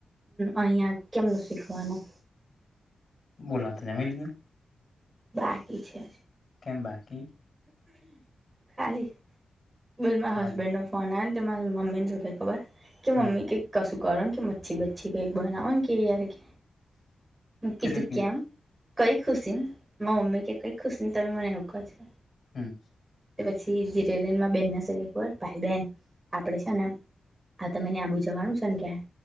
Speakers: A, on the right; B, on the left.
A: અહિયાં કેમનું શીખવાનું.
B: બોલા તો જમી લીધું.
A: બાકી છે.
B: કેમ બાકી.
A: ખાલી બોલમાં
B: ખાલી
A: હસબેન્ડ નો ફ મારા મમ્મીને સુધ ખબર કે
B: હમ
A: મમ્મી કે ક કરો કે મચ્છી બચ્છી કઈક બનાવ કે યાર કે મ કીધું
B: તે શું
A: કેમ. કઈ ખુશી, ને મા મમ્મી કે કઈક ખુશ ને તમે મને એવું ક છો.
B: હમ.
A: પછી જન બેન ના શ ભાઈ બેન આપડે છે ને આ તમે આઘું આ બુ જવાનું છે ને ક્યાં